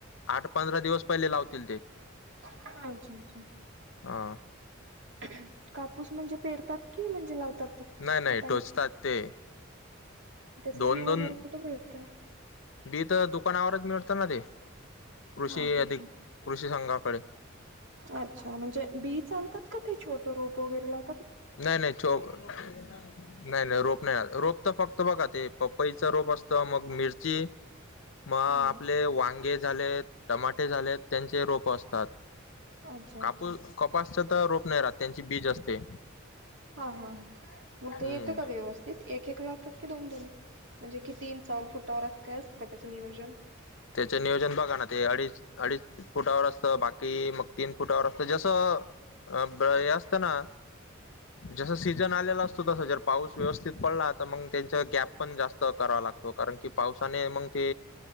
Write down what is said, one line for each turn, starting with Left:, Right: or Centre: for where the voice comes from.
Left: आठ पंधरा दिवस पहिले लावतील ते.
Right: अच्छा, अच्छा.
Left: हा.
Right: अंहं, कापूस म्हणजे पेरतात की, म्हणजे लावतात?
Left: नाही, नाही.
Right: हातानी?
Left: टोचतात ते.
Right: त्याचं
Left: दोन
Right: बी वगैरे
Left: दोन
Right: कुठे भेटतं?
Left: जीत टोक पण आववरच मिळतं ना ते. कृषी
Right: हा, हा,
Left: अधिक
Right: हं
Left: कृषी संघाकडे
Right: अच्छा, म्हणजे बी चालतात? क ते छोटं रोप वगैेरे लाव
Left: नाही, नाही. छो नाही. नाही, रोप <unintelligible> रोप तर फक्त बघा, ते पपईचा रोप असत, मग मिरची मग आपले
Right: हा.
Left: वांगे झालेत, टमाटे झालेत, त्यांचे रोप असतात.
Right: अच्छा अच्छा
Left: कापूस, कपासच तर रोप नाही राहत, त्यांची बीज असते.
Right: हा, हा. मग
Left: हम्म
Right: ते येतं का व्यवस्थित, एक एक लावतात की दोन दोन, म्हणजे किती इंचावर फुटावर आस काय असत का त्यांच नियोजन?
Left: त्याचे नियोजन बघा ना, ते अडीच अडीच फुटावर असतं, बाकी मग तीन फुटावर असतं, जसं अ ब हे असतना. जस सीझन आलेला असतो तस जर पाऊस व्यवस्थित पडला तर मग त्यांचा गॅप पण जास्त करावा लागतो. कारण की पावसाने मग ते